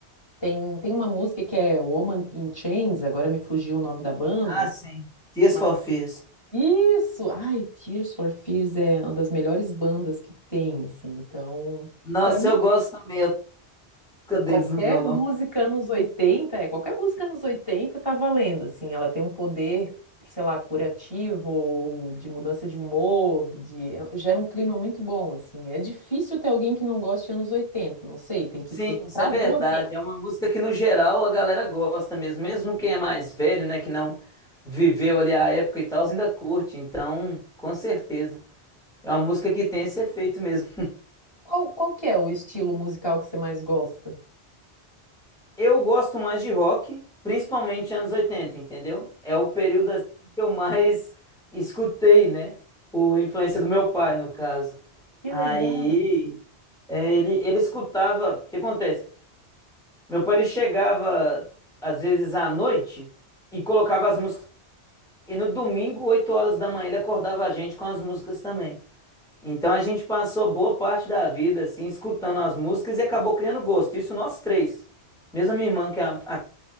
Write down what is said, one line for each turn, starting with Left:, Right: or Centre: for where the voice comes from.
Left: Tem, tem uma música que é Woman in Chains, agora me fugiu o nome da banda,
Centre: Ah, sim. Tears
Left: mas
Centre: for Fears.
Left: isso! Ai, Tears for Fears é uma das melhores bandas que tem, assim. Então,
Centre: Nossa,
Left: pra mim,
Centre: eu gosto também, a música deles
Left: qualquer
Centre: no violão.
Left: música anos 80, é, qualquer música anos 80 tá valendo, assim. Ela tem um poder, sei lá, curativo, de mudança de humor, de é, gera um clima muito bom, assim. É difícil ter alguém que não goste de anos 80, não sei, tem que
Centre: Sim,
Left: tem que
Centre: isso
Left: trazer
Centre: é verdade.
Left: alguém.
Centre: É uma música que, no geral, a galera gosta mesmo. Mesmo quem é mais velho, né, que não viveu ali a época e tal, ainda curte. Então, com certeza. É uma música que tem esse efeito mesmo.
Left: Qual, qual que é o estilo musical que você mais gosta?
Centre: Eu gosto mais de rock, principalmente anos 80, entendeu? É o período assim que eu mais escutei, né? Por influência do meu pai, no caso.
Left: Que
Centre: Aí,
Left: legal.
Centre: é, ele, ele escutava. O que acontece? Meu pai ele chegava às vezes à noite e colocava as músicas. E no domingo, 8 horas da manhã, ele acordava a gente com as músicas também. Então a gente passou boa parte da vida assim escutando as músicas e acabou criando gosto. Isso nós três. Mesmo a minha irmã que é a, a